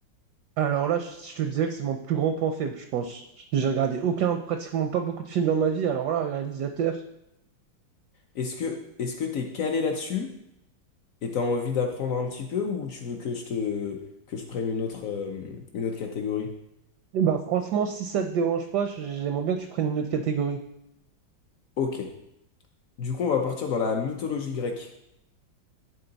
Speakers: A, on the right; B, on the left.
A: Alors là, je je te disais que c'est mon plus grand point faible, je pense. J'ai regardé aucun, pratiquement pas beaucoup de films dans ma vie. Alors là, réalisateur,
B: Est-ce que est-ce que t'es calé là-dessus et t'as envie d'apprendre un petit peu ou tu veux que je te que je prenne une autre euh, une autre catégorie?
A: eh bah franchement, si ça te dérange pas, je- j'aimerais bien que tu prennes une autre catégorie.
B: Ok. Du coup, on va partir dans la mythologie grecque.